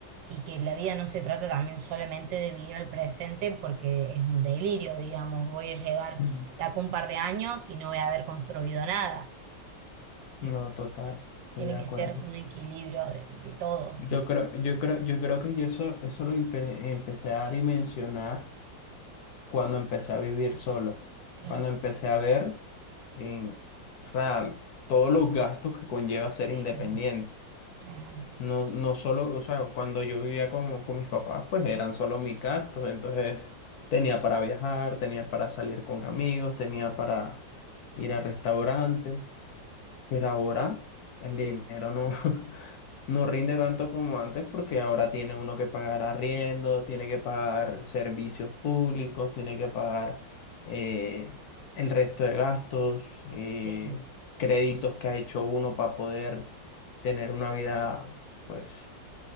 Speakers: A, on the right; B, on the left.
A: y que la vida no se trata también solamente de vivir el presente porque es un delirio, digamos, voy a llegar
B: Mm,
A: de acá un par de años y no voy a haber construido nada.
B: No,
A: Es-
B: total. Estoy
A: tiene
B: de acuerdo.
A: que ser un equilibrio de, de todo.
B: Yo creo, yo creo, yo creo que yo eso, eso lo empe- empecé a dimensionar cuando empecé a vivir solo,
A: Claro,
B: cuando empecé a ver en, o sea, todos los gastos que conlleva ser
A: sí,
B: independiente.
A: real.
B: No, no solo, o sea, cuando yo vivía con, con mis papás, pues eran solo mis gastos, entonces tenía para viajar, tenía para salir con amigos, tenía para ir a restaurantes. Pero ahora el dinero no, <laughs> no rinde tanto como antes porque ahora tiene uno que pagar arriendo, tiene que pagar servicios públicos, tiene que pagar eh, el resto de gastos, eh,
A: Sí,
B: créditos que ha hecho uno para poder tener una vida, pues